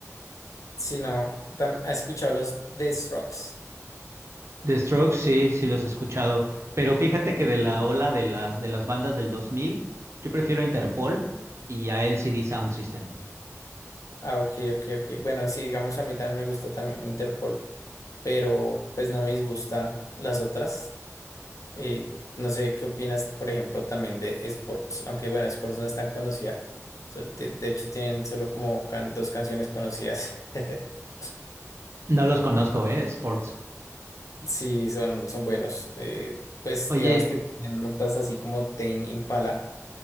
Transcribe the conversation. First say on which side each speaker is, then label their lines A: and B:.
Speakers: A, on the left; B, on the right.
A: sino, tam- ¿has escuchado los Death Strokes?
B: The Strokes, sí, sí los he escuchado, pero fíjate
A: Correcto.
B: que de la ola de las, de las bandas del 2000, yo prefiero Interpol y a LCD Sound System.
A: Ah, ok, ok, ok. Bueno, sí, digamos, a mí también me gusta también Interpol, pero pues no me disgusta las otras. Eh, no sé qué opinas, por ejemplo, también de Sports, aunque bueno, Sports no es tan conocida. So- De, de hecho, tienen solo como can- dos canciones conocidas. <laughs>
B: No los conozco, eh, Sports.
A: Sí, son, son buenos. Eh, pues
B: Oye,
A: digamos que tienen notas así como Tame Impala,